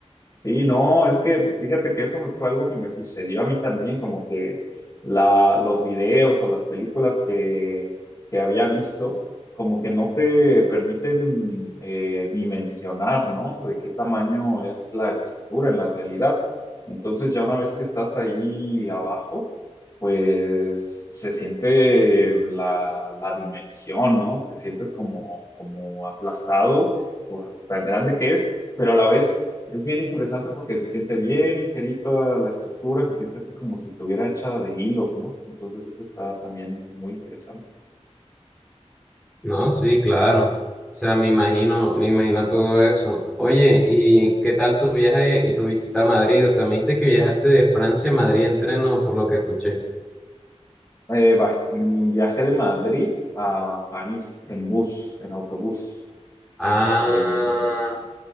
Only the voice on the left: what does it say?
Sí, no, es que fíjate que eso me- fue algo que me sucedió a mí también, como que la, los videos o las películas que, que había visto, como que no te permiten eh, dimensionar, ¿no? De qué tamaño es la estructura en la realidad. Entonces ya una vez que estás ahí abajo, pues se siente la, la dimensión, ¿no? Te sientes como, como aplastado por tan grande que es pero a la vez es bien interesante porque se siente bien ligerito a la estructura, se siente así como si estuviera hecha de hilos, ¿no? Entonces eso está también muy interesante.
Eh, baj- mm, viajé de Madrid a París en bus, en autobús.
Eh,